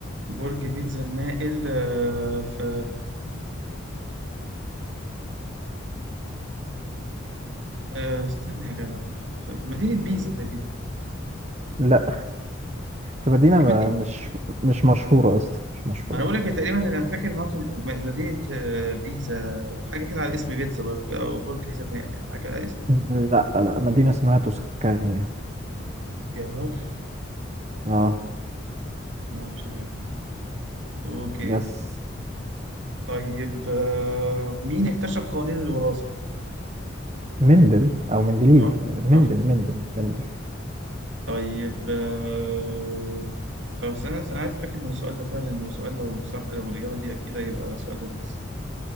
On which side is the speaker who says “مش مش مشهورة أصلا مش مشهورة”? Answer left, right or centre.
Right